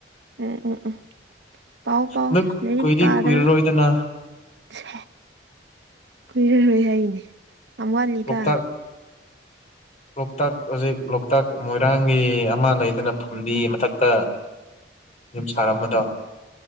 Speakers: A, on the right; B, on the left.
A: ꯎꯝ ꯎꯝ ꯎꯝ ꯄꯥꯎ ꯄꯥꯎ
B: ꯑꯗꯨ
A: ꯂꯥꯏꯔꯤꯛ
B: ꯀꯨꯏꯗꯤ
A: ꯄꯥꯗꯅ
B: ꯀꯨꯏꯔꯔꯣꯏꯗꯅ
A: ꯁꯦ ꯀꯨꯏꯔꯔꯣꯏ ꯑꯩꯅꯦ ꯌꯥꯝ ꯋꯥꯠꯂꯤꯗ
B: ꯂꯣꯛꯇꯥꯛ ꯂꯣꯛꯇꯥꯛ ꯍꯧꯖꯤꯛ ꯂꯣꯛꯇꯥꯛ ꯃꯣꯏꯔꯥꯡꯒꯤ ꯑꯃ ꯂꯩꯗꯅ ꯐꯝꯕꯤ ꯃꯊꯛꯇ ꯌꯨꯝꯁꯥꯔ ꯑꯃꯗꯣ